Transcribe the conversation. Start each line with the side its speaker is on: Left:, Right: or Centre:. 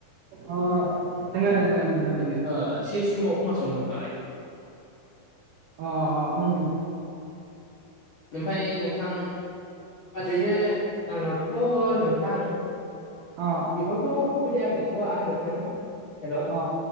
Right: अ दोंडो़
Left: से सि सि मावोखोमालाय नोंथाङा लाय
Right: अ अ ओम
Left: ओमफ्राय नोंथां ओरैनो आंनावथ' नोंथां
Right: अ
Left: बेफोरावथ' सुबिदा गैथ'वा नोंथां हेल'
Right: अ